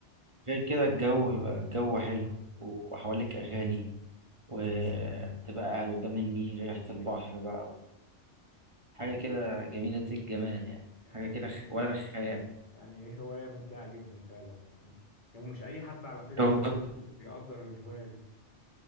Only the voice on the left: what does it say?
فعلا
يعني هواية ممتعة جدا فعلا يعني يعني مش أي حد على فكرة
بي- بيقدر الهواية دي